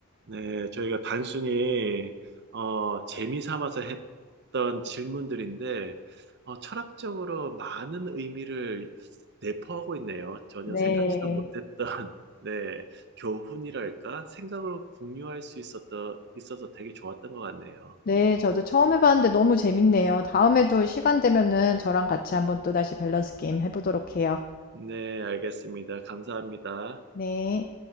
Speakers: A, on the right; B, on the left.
A: 네, 저희가 단순히 어, 재미 삼아서 했던 질문들인데 어, 철학적으로 많은 의미를 내포하고 있네요. 전혀
B: 네.
A: 생각지도 못했던 <laughs> 네, 교훈이랄까? 생각을 공유할 수 있었던, 있어서 되게 좋았던 것 같네요.
B: 네, 저도 처음 해봤는데 너무 재밌네요. 다음에도 시간 되면은 저랑 같이 한번 또 다시 밸런스 게임 해보도록 해요.
A: 네, 알겠습니다. 감사합니다.
B: 네.